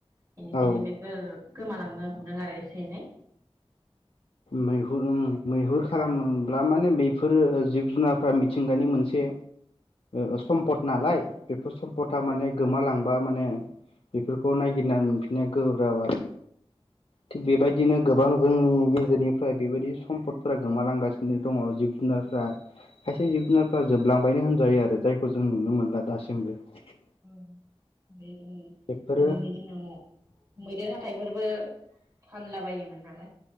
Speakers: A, on the right; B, on the left.
A: बेनिखायनो
B: औ
A: बेफोर नो हमदों आरो एसे एनै
B: मैहुर मैहुर खालामोब्ला माने बेफोरो जिब जुनारफ्रा मिथिंगानि मोनसे ओ सम्पद नालाय बेफोर सम्पदा माने गोमालां बा माने बेफोरखौ नायगिरनानै मोनफिननाया गोब्राब आरो थिग बेबायदिनो गोबां जोंनि गेजेर निफ्राय बेबायदि सम्पदफोरा गोमालांगासिनो दङ जिब जुनारफ्रा खायसे जिब जुनारफ्रा जोबलांबायनो होनजायो आरो जायखौ जों नुनो मोनला दासिमबो <unintelligible>
A: अ <unintelligible> ओ
B: बेफोरो
A: गोदोनि दिनाव मैदेर हाथाइफोरबो फानला बायोमोन नालाय